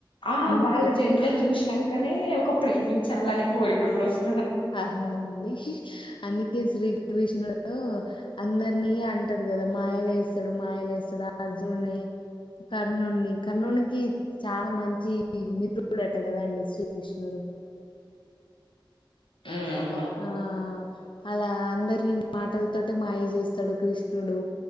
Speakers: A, on the left; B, on the left.
A: ఆ
B: అందుకే.
A: వాళ్ళ జంటని చూసినంకనే ఒక ప్రేమించాలనే కోరిక కూడా ఓస్
B: అవునండి అన్ని ఈ శ్రీకృష్ణుడు అందరినీ అంటారు కదా మాయలేస్తడు మాయలేస్తడు అ ర్జున్ని కర్ణున్ని కర్ణునికి చాలా మంచి మితు తుడట కదండి శ్రీకృష్ణుడు.
A: ఉమ్
B: ఆ అలా అందరినీ మాటలతో మాయ చేస్తాడు క్రిష్ నుడు